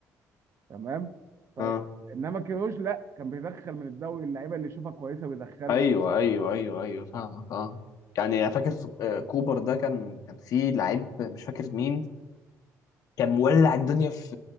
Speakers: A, on the right; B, on the left.
A: تمام طيب
B: اه
A: انما كيروش لا كان بيدخل من الدوري اللعيبه اللي يشوفها كويسه بيدخلها
B: ايوه ايوه
A: اه
B: ايوه ايوه فاهمك اه يعني انا فاكر في آه، كوبر ده كان كان في لعيب مش فاكر مين كان مولع الدنيا في